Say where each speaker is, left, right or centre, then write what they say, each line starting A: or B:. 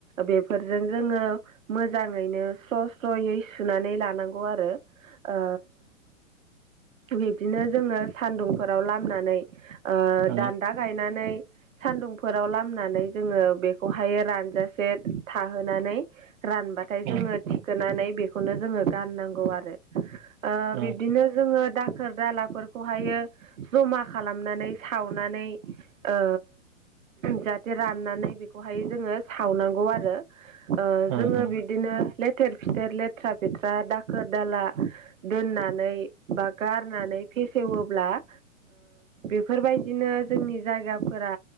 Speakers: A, on the right; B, on the right.
A: बेफोरजों जोङो मोजाङैनो स्र' स्र'यै सुनानै लानांगौ आरो ओ बिब्दिनो जोङो सान्दुंफोराव लामनानै ओ
B: उम
A: दान्दा गायनानै सान्दुंफोराव लामनानै जोङो बेखौहायो रानजासे थाहोनानै रानबाथाय
B: उम
A: जोङो थिखोनानै बेखौनो जोङो गाननांगौ आरो।
B: उम
A: बिब्दिनो जोङो दाखोर दालाफोरखौहायो जमा खालामनानै सावनानै ओ जाहाथे राननानै बेखौहाय जोङो सावनांगौ आरो
B: उम
A: जोङो
B: उम
A: बिदिनो लेथेर फिथेर लेथ्रा फेथ्रा दाखोर दाला दोननानै बा गारनानै नानै फेसेवोब्लाओ बेफोरबायदिनो जोंनि जायगाफोरा